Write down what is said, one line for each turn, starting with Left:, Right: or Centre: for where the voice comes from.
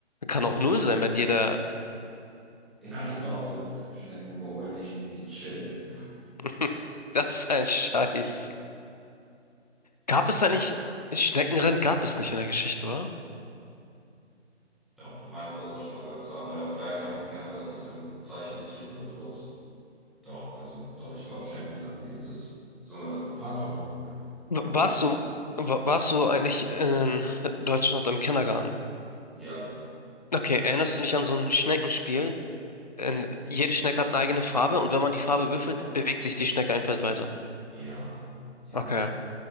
Left: Kann auch null sein, wenn jeder...
Centre: Ja, ist auch so. Schnecken überholen nicht, sie chillen.
Left: <laughs> Das ist ein Scheiß. Gab es eigentlich... Schneckenrennen gab es nicht in der Geschichte, oder?
Centre: Doch, ich meine, sowas auch schon mal gehört zu haben. Oder vielleicht haben, kennen wir das aus irgendeinem Zeichentrick oder sowas. Doch, also, doch, ich glaube, Schneckenrennen gibt es. Sollen wir das? Frag doch mal.
Left: Warst
Centre: Gut.
Left: du, wa- warst du eigentlich in Deutschland im Kindergarten?
Centre: Ja,
Left: Okay, erinnerst du dich an so ein Schneckenspiel? Ähm, jede Schnecke hat eine eigene Farbe und wenn man die Farbe würfelt,
Centre: ja,
Left: bewegt sich die Schnecke ein Feld weiter.
Centre: ja, ja,
Left: Okay.